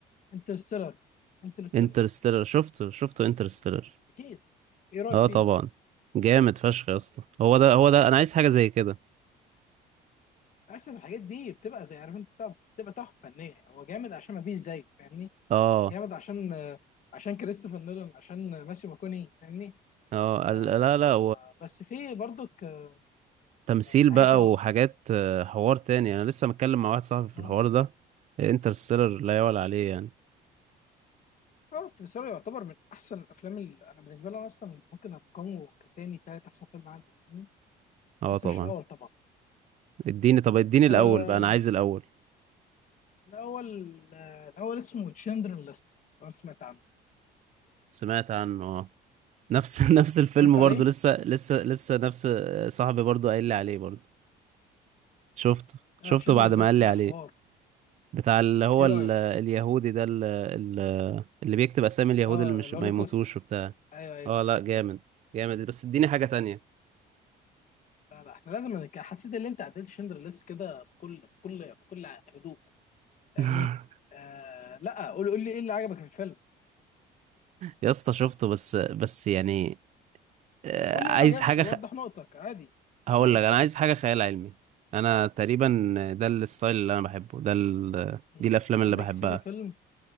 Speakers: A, on the left; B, on the right.
A: انترستيلر انترستيلر
B: انترستيلر شفته شفته انترستيلر
A: اكيد ايه رايك
B: اه
A: فيه
B: طبعا جامد فشخ يا اسطى هو ده هو ده انا عايز حاجة زي كده
A: اصلا الحاجات دي بتبقى زي عارف انت بتاع- بتبقى تحفه فنيه هو جامد عشان ما فيش زيه فاهمني
B: اه
A: جامد عشان آه، عشان كريستوفر نولان عشان ماسيو ماكوني فاهمني
B: اه
A: آه
B: ال- لا لا
A: بس في برضك آه،
B: تمثيل
A: في
B: بقى
A: حاجه شبهه
B: وحاجات آه، حوار تاني انا لسه متكلم مع واحد صاحبي في
A: آه.
B: الحوار ده انترستيلر لا يعلى عليه يعني
A: اه انترستيلر يعتبر من احسن الافلام اللي انا بالنسبه لي أنا اصلا ممكن ارقمه كتاني تالت احسن فيلم عندي فاهمني
B: اه
A: بس
B: طبعا
A: مش الاول طبعا
B: اديني طب اديني الاول
A: آه
B: بقى انا عايز الاول
A: الاول آه الاول اسمه تشندر ليست لو انت سمعت عنه
B: سمعت عنه اه نفس <laughs> نفس الفيلم
A: اتفرجت عليه
B: برضو لسه لسه لسه نفس آه، صاحبي برضو قايل لي عليه برضو شفته شفته
A: اه تشندر
B: بعد
A: ليست
B: ما قال لي
A: حوار
B: عليه بتاع اللي هو
A: ايه
B: ال-
A: رايك
B: اليهودي ده ال- ال- اللي بيكتب اسامي اليهود
A: اه
B: اللي مش
A: الهولوكوست
B: ما يموتوش وبتاع
A: ايوه ايوه
B: اه لا جامد جامد بس اديني حاجة تانية
A: لا لا احنا لازم نك- حسيت ان انت عديت تشندر ليست كده بكل بكل بكل هدوء فاهمني
B: <laughs>
A: آه لا قول قول لي ايه اللي عجبك في الفيلم
B: يا اسطى شفته بس بس يعني آه،
A: قول لي
B: عايز
A: اللي ما عجبكش
B: حاجة
A: وضح
B: خ...
A: نقطك عادي
B: هقول
A: قول
B: لك أنا عايز حاجة خيال علمي أنا تقريبا ده الستايل اللي أنا بحبه ده ال...
A: مم.
B: دي الأفلام
A: عندك
B: اللي بحبها
A: سيدي فيلم